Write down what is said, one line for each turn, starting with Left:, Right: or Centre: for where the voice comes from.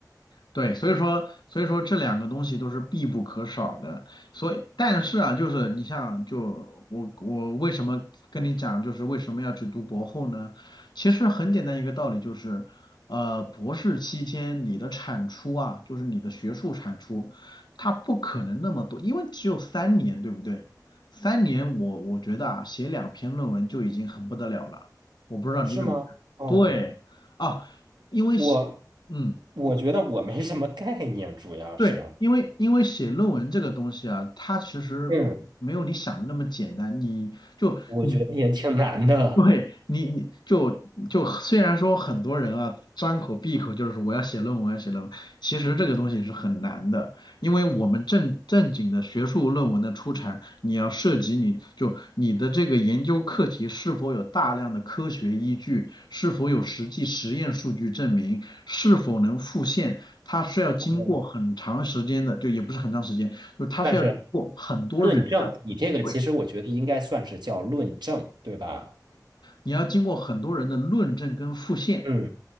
Left: 对，所以说，所以说这两个东西都是必不可少的。所以，但是啊，就是你像，就我我为什么跟你讲，就是为什么要去读博后呢？其实很简单一个道理，就是，呃，博士期间你的产出啊，就是你的学术产出，它不可能那么多，因为只有三年，对不对？三年我我觉得啊，写两篇论文就已经很不得了了。我不知道你怎么看，
Right: 是吗？哦，
Left: 对啊，因为写，
Right: 我
Left: 嗯。
Right: 我觉得我没什么概念，主要是，
Left: 对，因为因为写论文这个东西啊，它其实没有你想的那么简单。
Right: 嗯，
Left: 你就你
Right: <laughs> 我觉得也挺难的。
Left: 对你你就就虽然说很多人啊张口闭口就是说我要写论文，我要写论文，其实这个东西是很难的。因为我们正正经的学术论文的出产，你要涉及你就你的这个研究课题是否有大量的科学依据，是否有实际实验数据证明，是否能复现，它是要经过很长时间的，
Right: 哦，
Left: 就也不是很长时间，就是它是要经过很多人的，
Right: 但是论证，你这个其实我觉得应该算是叫论证，
Left: 对，
Right: 对吧？
Left: 你要经过很多人的论证跟复现。
Right: 嗯